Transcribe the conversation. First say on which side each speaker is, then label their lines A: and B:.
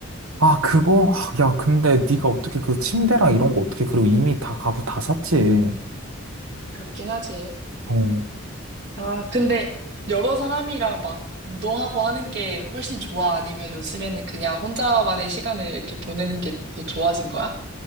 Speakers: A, on the right; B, on the right.
A: 아, 그거? 아, 야, 근데 네가 어떻게 그 침대랑 이런 거 어떻게 그리고 이미 다 가구 다 샀지.
B: 그렇긴 하지.
A: 어.
B: 아, 근데 여러 사람이랑 막 운동하고 하는 게 훨씬 좋아? 아니면 요즘에는 그냥 혼자만의 시간을 이렇게 보내는 게 더 좋아진 거야?